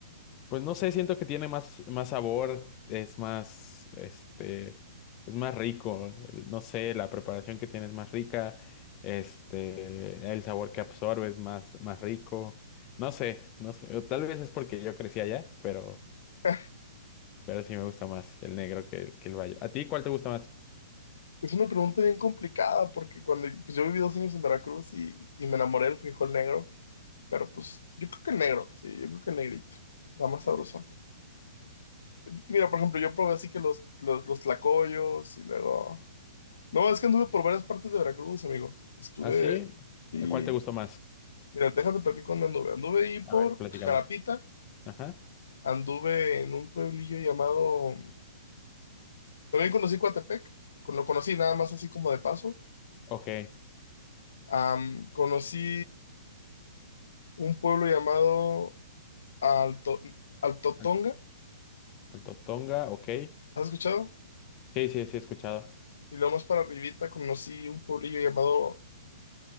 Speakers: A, on the left; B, on the left.
A: Pues no sé, siento que tiene más, más sabor, es más, este, es más rico, el- no sé, la preparación que tiene es más rica, este, el sabor que absorbe es más, más rico, no sé, no sé, o tal vez es porque yo crecí allá, pero,
B: <laughs>
A: pero sí me gusta más el negro que, el- que el bayo. ¿A ti cuál te gusta más?
B: Es una pregunta bien complicada porque cuando pues yo viví dos años en Veracruz y, y me enamoré del frijol negro, pero pues yo creo que el negro, sí, yo creo que el negrito, da más sabroso.
A: Sí.
B: Mira, por ejemplo, yo probé así que los, los, los tlacoyos y luego... No, es que anduve por varias partes de Veracruz, amigo. Estuve...
A: ¿Ah, sí?
B: Y...
A: ¿Cuál te gustó más?
B: Mira, déjate platicar dónde anduve. Anduve ahí por
A: A ver, platícame.
B: Jalapita,
A: Ajá,
B: Anduve en un pueblillo llamado... También conocí Coatepec, con- lo conocí nada más así como de paso.
A: ok.
B: Am, conocí un pueblo llamado Alto... Altotonga,
A: Al- Alto Tonga, ok.
B: ¿has escuchado?
A: Sí, sí, sí, he escuchado.
B: Y luego más para arribita conocí un pueblillo llamado...